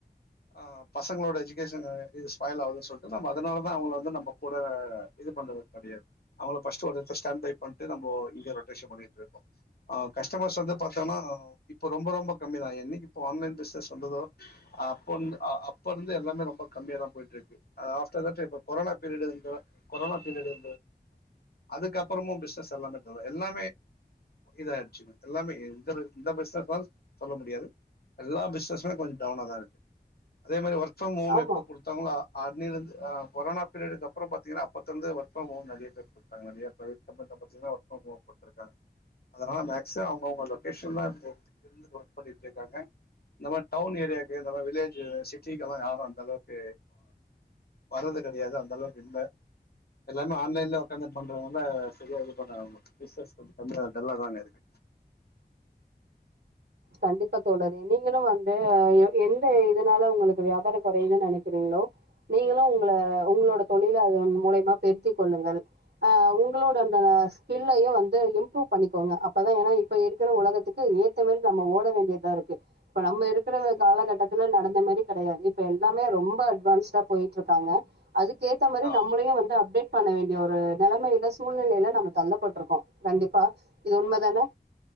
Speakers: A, on the left; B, on the right.
A: அஹ் பசங்களோட எஜுகேஷன் இது ஸ்பாயில் ஆகுதுன்னு சொல்லிட்டு அதனாலதான் அவங்க வந்து நம்ம கூட இது பண்றதுக்கு கெடையாது அவங்கள பஸ்டு ஒரு எடம் ஸ்டாண்ட் பை பண்ணிட்டு நம்ம இங்க ரொட்டேஷன் பண்ணிட்டு இருக்கோம்ஹ் கஸ்டமர்ஸ் வந்து பாத்தோங்கன்னா இப்ப ரொம்ப ரொம்ப கம்மிதான் இப்ப ஆன்லைன் பிசினஸ் வந்ததோ அப்ப அப்பருந்து எல்லாமே ரொம்ப கம்மியா தான் போயிட்டு இருக்கு after the corona period corona period அதுக்குப்புறமும் பிஸ்னஸ்எல்லாமேரும் எல்லாமே இதாயிடுச்சு எல்லாமே பி சொல்ல முடியாது எல்லா பிசினஸ்மே கொஞ்சம் டவுனா தான் இருக்கு அதே மாரி ஒர்க்
B: ஆமா
A: எப்ப கொடுத்தாங்களோ அன்னைலருந்து கொரோானா பீரியடுக்கு அப்புறம் பாத்தீங்கன்னா அப்போந்து ஒர்க ஃப்ரம்ஹோம் நறைய பேர் கொடுத்தா நறைய பிரைவேட் கம்பெனில் பாரீங்கன்னா ஒர்க்ஃப்ரம்ஹோம் கொத்துருக்காங்க அதனால் மேக்ஸிம் அவுகவுங்க லொகேஷன் தாம் வொர்க் பண்ணிட்டுருக்காங்க இந்த மாரி டவுன் ஏரியாக்கு வில்லேஜ் சிட்டிக்குல்லாம் யாரும் அந்த அளவுக்கு வர்றது கெடையாது அந்த அளவுக்கு இல்ல எல்லாமே ஆன்லைன்லே உகாந்து பண்றதுனால ந தா இருக்கு
B: கண்டிப்பா தோழர் நீங்களும் வந்து எந்த இதனால உங்களுக்கு வியாபாரம் குறையிதுன்னு நெனைக்கிறீங்களோ நீங்களும் உங்க உங்களோட தொழில அததுன் மூலியமா பெருத்திக் கொள்ளுங்கள் உங்களோட அந்த ஸ்கில்லையும் வந்து இம்ப்ரூவ் பண்ணிக்கோங்க அப்பதான் இப்ப இருக்கிற உலகத்துக்கு ஏத்த மாரி நம்ம ஓட வேண்டியதா இருக்கு இப்ப நம்ம இருக்கிற
A: ஆமா
B: காலகட்டத் நடந்த மாதிரி கிடையாது இப்ப எல்லாமே ரொம்ப அட்வான்ஸ்டா போயிட்டு இருக்காங்க அதுக்கேத்த மாரி
A: ஆ
B: நம்மளையும் வந்து அப்டேட் பண்ண வேண்டிய ஒரு நெலைமைல சூழ்நிலைல நம்ம தள்ளப்பட்ருக்கோ கண்டிப்பா இது உண்மதானே